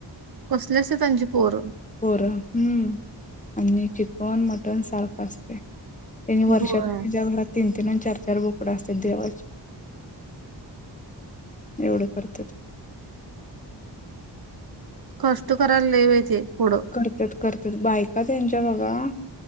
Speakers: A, on the right (about 55°); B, on the left (about 20°).
A: कसले असते त्यांची पोर.
B: पोरम हम्म आणि चिकन मटण सारखं असते. त्यांनी वर्षात
A: होय
B: त्यांच्या घरात तीन तीन आणि चार चार बुकडं असतात देवाचे. एवढं करते.
A: कष्टकरा लवैते इपड.
B: करतात करत बायका त्यांच्या बघा